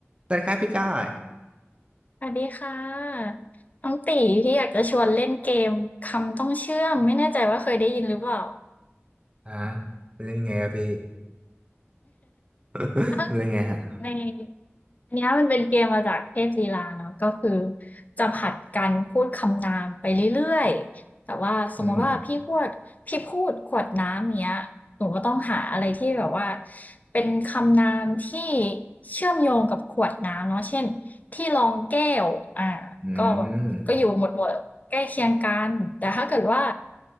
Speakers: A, on the right; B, on the left.
A: สวัสดีครับพี่จ้อย
B: สวัสดีค่ะน้องตีพี่อยากจะชวนเล่นเกมคำต้องเชื่อมไม่แน่ใจว่าเคยได้ยินหรือเปล่า
A: ฮะมันเล่นยังไงอะพี่ <laughs>
B: <laughs>
A: มัน <laughs> เป็นยังไงฮะ
B: ใน อันเนี้ยมันเป็นเกมมาจากเทพลีลาเนาะก็คือจะผลัดกันพูดคำนามไปเรื่อยๆแต่ว่าสมมติว่าพี่พูดพี่พูดขวดน้ำเนี้ยหนูก็ต้องหาอะไรที่แบบว่า
A: อืม
B: เป็นคำนามที่เชื่อมโยงกับขวดน้ำเนาะเช่นที่รองแก้วอ่า
A: อื
B: ก็แบบก็อยู่หมวดหมวดใกล้เคียงกันแต่ถ้าเกิดว่า
A: ม